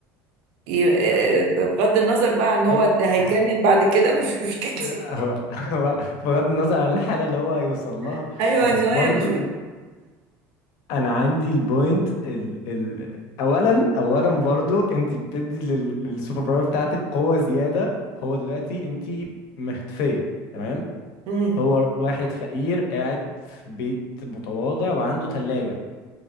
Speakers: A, on the right (about 75°); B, on the left (about 70°).
A: ي-
B: أو-
A: آه، بغض النظر بقى عن هو
B: أي-
A: ده هيتجنن
B: ه-
A: بعد كده مش مشكلتي
B: هو هو بغض النظر عن الحالة اللي هو هيوصل لها
A: <laughs> ايوه
B: بس
A: النوايا
B: برضه
A: مش
B: انا عندي البوينت ال ال اولا اولا برضو انت بتدي لل للسوبر باور بتاعتك قوه زياده هو دلوقتي انت مختفيه تمام
A: <laughs> مم.
B: هو واحد فقير قاعد في بيت متواضع وعنده ثلاجه